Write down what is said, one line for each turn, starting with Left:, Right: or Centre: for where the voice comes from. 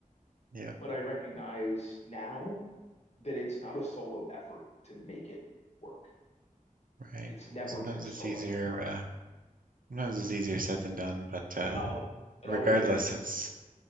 Right: yeah
Left: but I recognize now that it's not a solo effort to make it work.
Right: Right.
Left: It's never
Right: Sometimes
Left: been a solo
Right: it's easier,
Left: effort.
Right: uh, sometimes it's easier said than done, but uh,
Left: Oh, it
Right: regardless,
Left: always is.
Right: it's